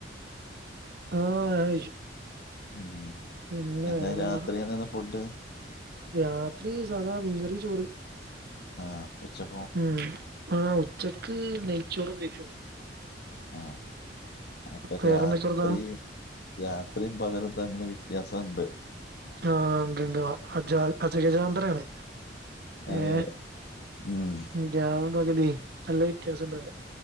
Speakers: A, on the right; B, on the left.
A: ആ <inaudible>
B: ഉം
A: പിന്നെ
B: എന്താ
A: വേറെന്താ
B: രാത്രി <unintelligible> ഫുഡ്
A: രാത്രി സാദാ മീൻകറി ചോറ്
B: ആഹ് ഉച്ചക്കോ
A: ഉം ആ ഉച്ചക്ക് നെയ്ച്ചോറും ബീഫും ആണ്
B: ആ അപ്പ
A: വേറെന്തൊക്കെ
B: രാത്രിയും
A: വർത്താനം?
B: രാത്രീം പകലും തമ്മി വ്യത്യാസംമുണ്ട്
A: ആ ഉണ്ട് ഉണ്ട് അ അച്ചാറ് അജകജാന്ന്ദ്രാണ്
B: അതെ
A: ഏ
B: അതെ ഉം
A: ജാവും പകല് നല്ല വ്യത്യാസംണ്ടാവൂല്ലെ